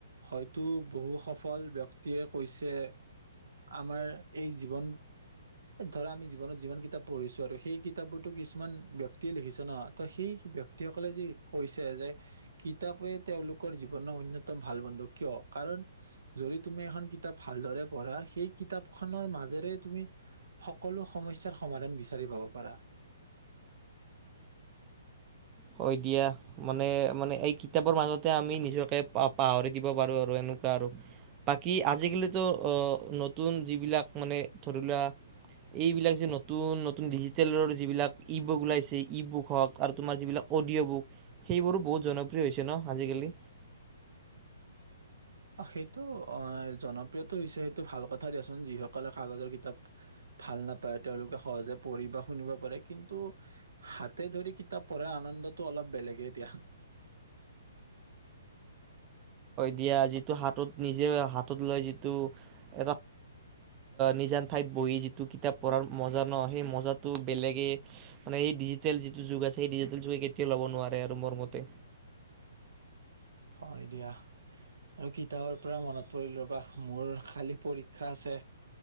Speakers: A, on the right (about 80°); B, on the right (about 25°).
A: হয়তো বহু সফল ব্যক্তিয়ে কৈছে আমাৰ এই জীৱন ধৰা আমি জীৱনত যিমান কিতাপ পঢ়িছো আৰু সেই কিতাপবোৰতো কিছুমান ব্যক্তি লিখিছ ন ত সেই ব্যক্তিসকলে যি কৈছে যে কিতাপে তেওঁলোকৰ জীৱনৰ অন্যতম ভাল বন্ধু কিয় কাৰণ যদি তুমি এখন কিতাপ ভালদৰে পঢ়া সেই কিতাপখনৰ মাজেৰে তুমি সকলো সমস্যাৰ সমাধান বিচাৰি পাব পাৰা
B: হয় দিয়া মানে মানে এই কিতাপৰ মাজতে আমি নিজকে পাহৰি দিব পাৰোঁ আৰু এনেকুৱা আৰু বাকী আজিকালিতো নতুন যিবিলাক মানে ধৰি লোৱা এইবিলাক যে নতুন নতুন ডিজিটেলৰ যিবিলাক ই বুক ওলাইছে ই বুক হওক আৰু তোমাৰ যিবিলাক অডিঅ' বুক সেইবোৰো বহুত জনপ্ৰিয় হৈছে ন আজিকালি
A: সেইটো জনপ্ৰিয়তটো হৈছে সেইটো ভাল কথা দিয়াচোন যিসকলে কাগজৰ কিতাপ ভাল নাপায় তেওঁলোকে সহজে পঢ়ি বা শুনিব পাৰে কিন্তু হাতে ধৰি কিতাপ পঢ়াৰ আনন্দতটো অলপ বেলেগেই দিয়া
B: দিয়া যিটো হাতত নিজে হাতত লৈ যিটো এটা নিজান ঠাইত বহি যিটো কিতাপ পঢ়াৰ মজা ন সেই মজাটো বেলেগে মানে এই ডিজিটেল যিটো যুগ আছে সি কেতিয়াও ল'ব নোৱাৰে আৰু মোৰ মতে
A: হয় দিয়া আৰু কিতাপৰ পৰা মনত পৰিল ৰবা মোৰ কালি পৰীক্ষা আছে